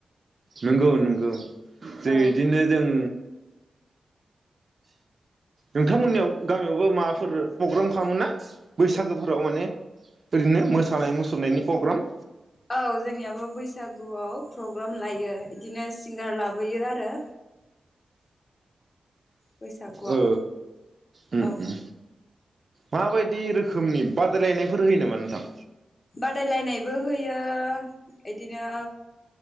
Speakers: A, on the right (about 40°); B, on the left (about 30°).
A: नोंगौ नोंगौ जे
B: औ
A: इदिनो जों नोंथां मोननियाव गामियावबो माबाफोर पग्राम खालामोन ना बैसागोफोराव माने ओरैनो मोसानाय मुसुरनायनि पग्राम
B: औ जोंनियाबो बैसागुआव प्रग्राम लायो बिदिनो सिंगार लाबोयो आरो। बैसागुआव
A: ओ उम
B: औ।
A: उम माबायदि रोखोमनि बादायलायनायफोर होयो नामा नोंथां?
B: बादायलायनायबो होयो इदिनो